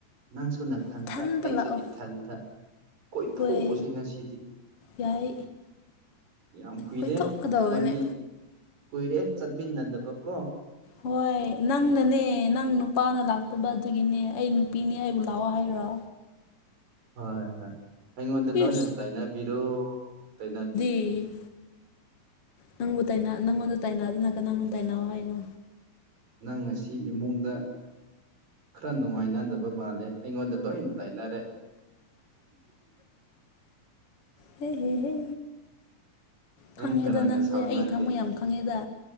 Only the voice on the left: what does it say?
ꯏꯊꯟꯇ
ꯂꯥꯛꯑꯣ
ꯍꯣꯏ
ꯌꯥꯏ
ꯀꯣꯏꯊꯣꯛꯀꯗꯧꯕꯅꯦ
ꯍꯣꯏ ꯅꯪꯅꯅꯦ ꯅꯪ ꯅꯨꯞ ꯄꯥꯅ ꯂꯥꯛꯇꯕ ꯑꯗꯨꯒꯤꯅꯦ ꯑꯩ ꯅꯨꯄꯤꯅꯤ ꯑꯩꯕꯨ ꯂꯥꯛꯑꯣ ꯍꯥꯏꯔꯣ
ꯏꯁ
ꯏ ꯅꯪꯕꯨ ꯇꯥꯏꯅ ꯅꯪꯉꯣꯟꯗ ꯇꯥꯏꯅꯗꯅ ꯀꯅꯪꯉꯣꯟ ꯇꯥꯏꯅꯧ ꯍꯥꯏꯅꯣ
ꯍꯦ ꯍꯦ ꯍꯦ
ꯈꯪꯉꯦꯗ
ꯅꯪꯁꯦ
ꯑꯩꯒꯤ ꯊꯝꯃꯣꯏ ꯌꯥꯝ ꯈꯪꯉꯦꯗ